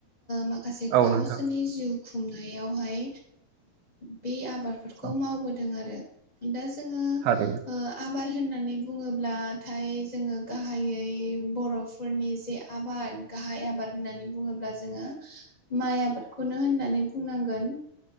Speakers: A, on the left; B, on the right.
A: माखासे
B: औ
A: गावसोरनि
B: नोंथां
A: जिउ खुंनायावहाय बे आबादफोरखौ
B: औ
A: मावबोदों आरो दा जोङो
B: थारैनो
A: आबाद होननानै बुङोब्लाथाय जोङो गाहायै बर'फोरनि जे आबाद गाहाय आबाद होननानै बुङोब्ला जोङो माइ आबादखौनो होननानै बुंनांगोन